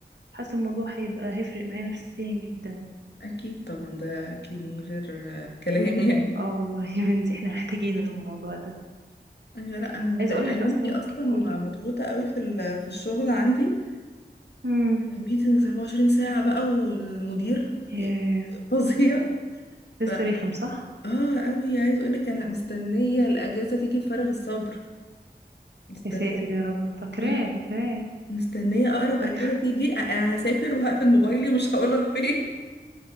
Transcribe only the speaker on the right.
حاسه الموضوع هيبقى هيفرق معايا نفسيا جدا
اه والله يا بنتي احنا محتاجين الموضوع ده
عايزه
اقول لك اصلا
قولي
امم
ياه
لسه
رخم صح
يا ساتر يا رب فاكراه
فاكراه
<laughs>